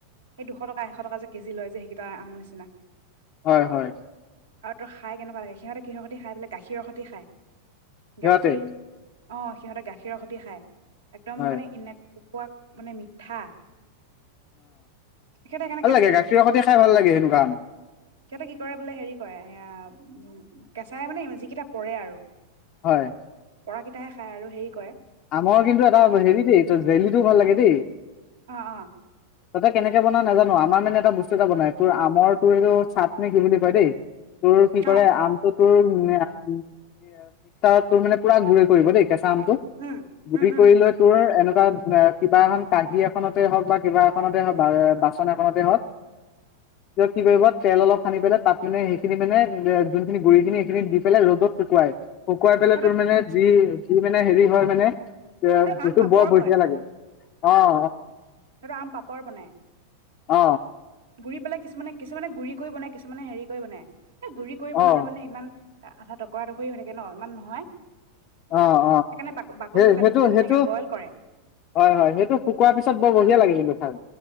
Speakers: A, on the right; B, on the left.
A: এই দুশ টকা এশ টকা যে কেজি লয় যে সেইকেইটা আমৰ নিচিনা
B: হয় হয়।
A: আৰু তই খাই কেনেকুৱা লাগে সিহঁতে কিহৰ সৈ খাই বোলে গাখীৰৰ সৈতে খাই।
B: সিহঁতে
A: গাখীৰ অ সিহতে গাখীৰৰ সতি খায়। একদম
B: হয়
A: মানে ইনে কোৱা মানে মিঠা। সিহঁতে কেনে
B: গে গাখীৰৰ সতে খাই ভাল লাগে এনেকুৱা
A: সিহঁতে কি কৰে বোলে হেৰি কৰে সেইয়া কেঁচাই মানে যিকেইটা পৰে আৰু
B: হয়
A: পৰাকেইটাহে খায় আৰু হেৰি কৰে
B: আমৰ কিন্তু এটা হেৰি দ জেলিটো ও ভাল লাগে দেই
A: অ অ
B: তহঁতে কেনেকে বনাও নাজানো আমাৰ মানে এটা বস্তু এটা বনাই তোৰ আমৰ তোৰ এইটো চাটনি কি বুলি কয় দেই তোৰ কি
A: অ
B: কৰে আমটো তোৰ মিক্সাৰত তোৰ মানে পুৰা গুুৰি কৰিব দেই কেছা আম টো
A: উম
B: গুৰি
A: উম উম
B: কৰি লৈ তোৰ এনেকুৱা কিবা এখন কাহী এখনতে হওক বা কিবা এখনতে হওক বা বাচন এখনতে হওক পিছত কি কৰিবি তেল অলপ সানি পেলাই তাত মানে সেইখিনি মানে যোনখিনি গুৰি খিনি সেইখিনি দি পেলাই ৰ'দত শুকুৱাই শুকুৱাই পেলাই
A: অ
B: তোৰ মানে যি যিমানে হেৰি হয় মানে সেটো
A: আৰু আম পাপৰ
B: বৰ বঢ়িয়া লাগে অ অ
A: সেইটো আম পাপৰ বনাই
B: অ
A: গুৰি পেলাই কিছুমানে কিছুমানে গুৰি কৰি বনাই কিছুমানে হেৰি কৰি বনায় এ গুৰি কৰি
B: অ
A: বনালে মানে ইমান আঠা টকৰা টকৰি হৈ থাকে ন ইমান নহয়
B: অ অ
A: সেইকাৰণে বাকলিটো
B: সেই
A: কাটি
B: সেইটো
A: পেলাই ধুনীয়াকে
B: সেইটো
A: বইল কৰে
B: হয় হয় সেইটো শুকোৱাৰ পিছত বৰ বঢ়িয়া লাগে কিন্তু খাই